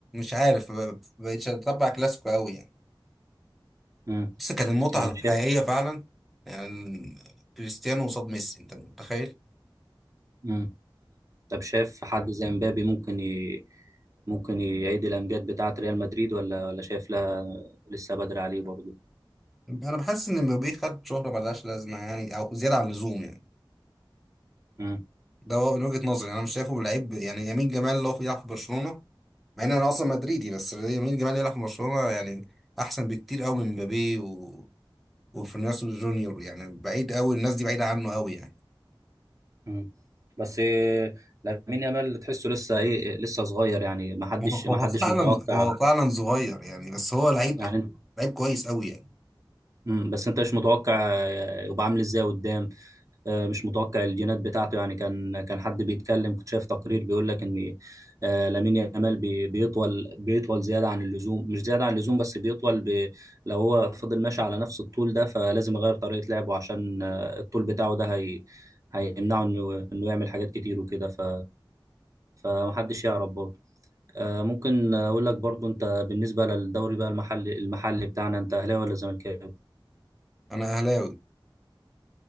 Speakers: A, in the centre; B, on the right.
A: عارف ما بقتش اتبع كلاسيكو قوي يعني
B: امم
A: بس كانت المتعه
B: يعني
A: الحقيقيه
B: شايف
A: فعلا يعني كريستيانو قصاد ميسي انت متخيل؟
B: امم طب شايف حد زي مبابي ممكن ي... ممكن يعيد الأمجاد بتاعة ريال مدريد ولا ولا شايف لا لسه بدري عليه برضه
A: انا بحس ان مبابي خد شهره ملهاش لازمه يعني او زياده عن اللزوم يعني
B: مم.
A: ده هو من وجهه نظري انا مش شايفه لعيب يعني يمين جمال اللي هو بيلعب في برشلونه مع ان انا اصلا مدريدي بس يمين جمال يلعب في برشلونه يعني احسن بكتير قوي من مبابي و... وفينيسيوس جونيور يعني بعيد قوي الناس دي بعيده عنه قوي يعني
B: مم. بس إيه، لامين يامال تحسه لسه ايه لسه صغير يعني ما حدش
A: هو هو
B: ما حدش
A: فعلا
B: متوقع
A: هو فعلا صغير يعني بس هو لعيب
B: يعني انت
A: لعيب كويس قوي يعني
B: مم، بس انت مش متوقع يبقى عامل ازاي قدام آه، مش متوقع الجينات بتاعته يعني كان كان حد بيتكلم كنت شايف تقرير بيقول لك ان آه، لامين يامال بي- بيطول بيطول زياده عن اللزوم مش زياده عن اللزوم بس بيطول ب... لو هو فضل ماشي على نفس الطول ده فلازم يغير طريقه لعبه عشان آه، الطول بتاعه ده هي... هيمنعه انه انه يعمل حاجات كتير وكده ف... فمحدش يعرف برضه آه، ممكن اقول لك برضه انت بالنسبه للدوري بقى المحلي المحلي بتاعنا انت اهلاوي ولا زملكاوي
A: انا اهلاوي